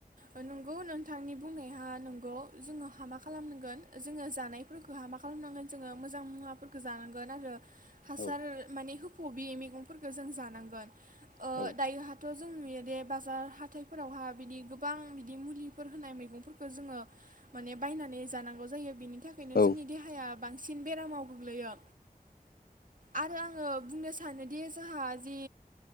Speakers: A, on the right (about 60°); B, on the left (about 75°).
A: अ नंगौ नोंथांनि बुंनाया नंगौ जोङो हा मा खालामनांगोन जोङो जानायफोरखौ हा मा खालामनांगोन जोङो मोजां मुवाफोरखौ जानांगोन आरो। हासार
B: औ
A: माने हो खबि मैगंफोरखौ जों जानांगोन
B: औ
A: ओ दायोहाथ' जोंनि दे बाजार हाथाइफोरावहा बिदि गोबां बिदि मुलिफोर होनाय मैगंफोरखौ जोङो माने बायनानै जानांगौ जायो बिनि बिनि थाखायनो
B: औ
A: जोंनि देहाया बांसिन बेरामाव गोग्लैयो आरो आङो बुंनो सानोदि जोंहा जे